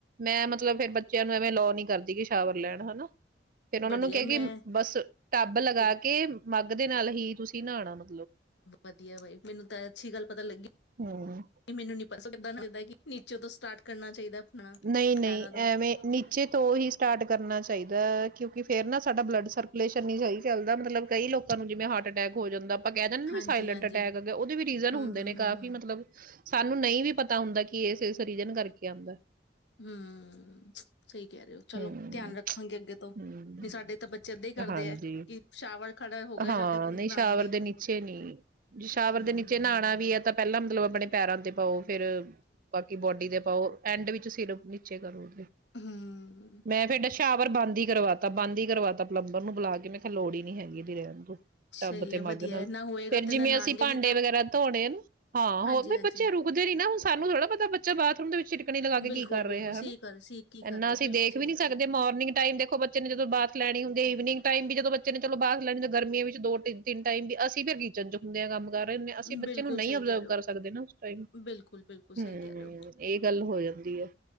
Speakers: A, on the right; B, on the left.
A: ਮੈਂ ਮਤਲਬ ਫੇਰ ਬੱਚਿਆਂ ਨੂੰ ਐਵੇਂ ਅਲੋਅ ਨੀ ਕਰਦੀ ਕਿ ਸ਼ਾਵਰ ਲੈਣ ਹੈਨਾ। ਫੇਰ ਔਨਾਂ
B: ਵਧੀਆ
A: ਨੂੰ ਕੈ
B: ਮੈਂ
A: ਕਿ ਬਸ ਟੱਬ ਲਗਾ
B: ਇਹ
A: ਕੇ ਮੱਗ ਦੇ ਨਾਲ ਹੀ ਤੁਸੀਂ ਨਾਹਣਾ ਵਾ।
B: ਵਧੀਆ ਬਾਈ, ਮੈਨੂੰ ਤਾਂ ਅੱਛੀ ਗੱਲ ਪਤਾ ਲੱਗੀ
A: ਹਮ
B: ਮੈਨੂੰ ਨੀ <unintelligible> ਕਿ ਨੀਚੇ ਤੋਂ ਸਟਾਰਟ ਕਰਨਾ ਚਾਹੀਦਾ। ਆਪਣਾ
A: ਨਹੀਂ-ਨਹੀਂ
B: ਪੈਰਾਂ ਤੋਂ
A: ਐਵੇਂ ਨੀਚੇ ਤੋਂ ਹੀ ਸਟਾਰਟ ਕਰਨਾ ਚਾਹੀਦਾ। ਕਿਉਂਕਿ ਫੇਰ ਨਾ ਸਾਡਾ ਬਲੱਡ ਸਰਕੂਲੇਸ਼ਨ ਨਹੀਂ ਸਹੀ ਚੱਲਦਾ, ਮਤਲਬ ਕਈ ਲੋਕਾਂ ਨੂੰ ਜਿਵੇਂ ਹਾਰਟ ਅਟੈਕ ਹੋ ਜਾਂਦਾ। ਆਪਾਂ ਕਹਿ ਦਿੰਦੇ
B: ਹਾਂਜੀ
A: ਵੀ ਸਾਇਲੈਂਟ
B: ਹਾਂਜੀ
A: ਅਟੈਕ ਹੇਗੇ, ਉਹਦੇ ਵੀ ਰੀਜ਼ਨ
B: ਹੂੰ
A: ਹੁੰਦੇ
B: ਹੂੰ
A: ਨੇ
B: ਹੂੰ
A: ਕਾਫ਼ੀ
B: ਹੂੰ
A: ਮਤਲਬ। ਸਾਨੂੰ ਨਹੀਂ ਵੀ ਪਤਾ ਹੁੰਦਾ ਕਿ ਇਸ ਇਸ ਰੀਜਨ ਕਰਕੇ ਆਉਂਦਾ।
B: ਹਮ ਸਹੀ ਕਹਿ ਰਹੇ ਹੋ ਚਲੋ,
A: ਹਮ
B: ਧਿਆਨ ਰੱਖਾਂਗੇ ਅੱਗੇ ਤੋਂ, ਨਹੀਂ
A: ਹਮ
B: ਸਾਡੇ ਤਾਂ ਬੱਚੇ ਏਦਾਂ ਹੀ ਕਰਦੇ
A: ਹਾਂਜੀ
B: ਹੈ, ਕਿ ਸ਼ਾਵਲ ਖੜਾ ਹੋ ਗਿਆ
A: ਹਾਂ,
B: ਜਾ ਕੇ
A: ਨਹੀਂ
B: ਨਹਾਉਣ
A: ਸ਼ਾਵਰ
B: ਲਈ,
A: ਦੇ ਨੀਚੇ ਨੀ। ਜੇ ਸ਼ਾਵਰ
B: ਹਮ-ਹਮ-ਹਮ।
A: ਦੇ ਨੀਚੇ ਨਹਾਣਾ ਵੀ ਐ ਤਾਂ ਪਹਿਲਾਂ ਮਤਲਬ ਆਪਣੇ ਪੈਰਾਂ ਤੇ ਪਾਓ ਫਿਰ ਬਾਕੀ ਬੋਡੀ ਦੇ ਪਾਓ, ਐਂਡ ਵਿੱਚ ਸਿਰ ਨੀਚੇ ਕਰੋ
B: ਹੂੰ।
A: ਮੈਂ ਫਿਰ ਡਾ ਸ਼ਾਵਰ ਬੰਦ ਹੀ ਕਰਵਾ ਤਾਂ ਬੰਦ ਹੀ ਕਰਵਾਤਾ ਪਲੰਬਰ ਨੂੰ ਬੁਲਾ ਕੇ, ਮੈਂ ਕਿਹਾ ਲੋੜ ਹੀ ਨੀ ਹੈਗੀ ਇਹਦੀ ਰਹਿਣ ਦੌ। ਟੱਬ
B: ਸਹੀ
A: ਤੇ
B: ਹੈ
A: ਮੱਗ
B: ਵਧੀਆ
A: ਨਾਲ,
B: ਨਾ ਹੋਏਗਾ
A: ਫੇਰ
B: ਤੇ
A: ਜਿਵੇਂ
B: ਨਾ ਨਾਣਗੇ
A: ਅਸੀਂ ਭਾਂਡੇ
B: ਨੀ ਤਾਂ
A: ਵਗੈਰਾ ਧੋਣੇ ਆ ਨਾ, ਹਾਂ
B: ਹਾਂਜੀ-ਹਾਂਜੀ।
A: ਹੋ ਵੀ ਬੱਚੇ ਰੁਕਦੇ ਨੀ ਨਾ, ਹੁਣ ਸਾਨੂੰ ਥੋੜ੍ਹਾ ਪਤਾ ਬੱਚਾ ਬਾਥਰੂਮ ਦੇ ਵਿੱਚ ਟਿਟਕਣੀ ਲਗਾ ਕੇ
B: ਬਿਲਕੁਲ-ਬਿਲਕੁਲ
A: ਕਰ ਰਹੇ ਹਨਾ?
B: ਸਹੀ ਕਰ ਸਹੀ ਕੀ
A: ਇੰਨਾ
B: ਕਰ ਰਿਹਾ
A: ਅਸੀਂ
B: ਬਿਲਕੁਲ
A: ਦੇਖ
B: ਸਹੀ
A: ਵੀ ਨੀ
B: ਗੱਲ
A: ਸਕਦੇ,
B: ਹੈ।
A: ਮੋਰਨਿੰਗ ਟਾਈਮ ਦੇਖੋ ਬੱਚੇ ਨੇ ਜਦੋਂ ਬਾਥ ਲੈਣੀ ਹੁੰਦੀ ਈਵਨਿੰ ਈਵਨਿੰਗ ਟਾਈਮ ਵੀ ਜਦੋਂ ਬੱਚੇ ਨੇ ਚਲੋ ਬਾਥ ਲੈਣੀ, ਤਾਂ ਗਰਮੀਆਂ ਵਿੱਚ ਦੋ ਟਿਨ ਤਿੰਨ ਟਾਈਮ ਵੀ ਅਸੀਂ ਵੀ ਹੈਗੀ ਚੰਜ ਹੁੰਦਿਆਂ ਕੰਮ ਕਰ ਆਨੇ ਆ, ਅਸੀਂ
B: ਬਿਲਕੁਲ
A: ਬੱਚੇ ਨੂੰ ਨਹੀਂ
B: ਸਹੀ
A: ਓਬਜਰਵ
B: ਕਹਿ ਰਹੇ ਹੋ,
A: ਕਰ ਸਕਦੇ ਨਾ ਉਸ ਟਾਈਮ,
B: ਬਿਲਕੁਲ-ਬਿਲਕੁਲ ਸਹੀ
A: ਹਮ
B: ਕਹਿ ਰਹੇ ਹੋ,
A: ਇਹ ਗੱਲ ਹੋ ਜਾਂਦੀ ਹੈ।